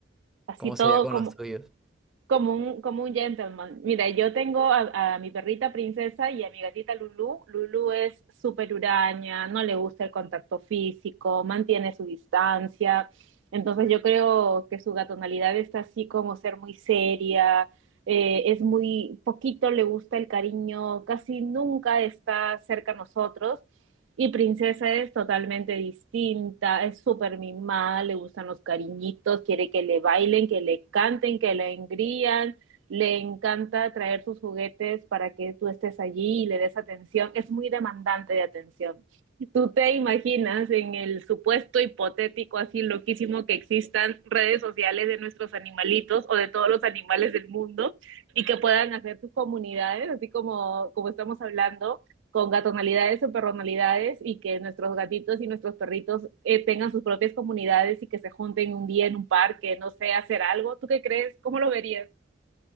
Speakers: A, on the right; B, in the centre.
A: así
B: ¿Cómo
A: todo
B: sería con
A: como,
B: los tuyos?
A: Como un, como un gentleman. Mira, yo tengo a, a mi perrita princesa y a mi gatita Lulu. Lulu es súper huraña, no le gusta el contacto físico, mantiene su distancia. Entonces yo creo que su gatonalidad está así como ser muy seria, eh, es muy poquito le gusta el cariño, casi nunca está cerca a nosotros. Y Princesa es totalmente distinta, es súper mimada, le gustan los cariñitos, quiere que le bailen, que le canten, que le engrían, le encanta traer sus juguetes para que tú estés allí y le des atención, es muy demandante de atención. Tú te imaginas en el supuesto hipotético así loquísimo que existan redes sociales de nuestros animalitos o de todos los animales del mundo y que puedan hacer tus comunidades, así como, como estamos hablando, con gatonalidades o perronalidades y que nuestros gatitos y nuestros perritos eh, tengan sus propias comunidades y que se junten un día en un parque, no sé, hacer algo. ¿Tú qué crees? ¿Cómo lo verías?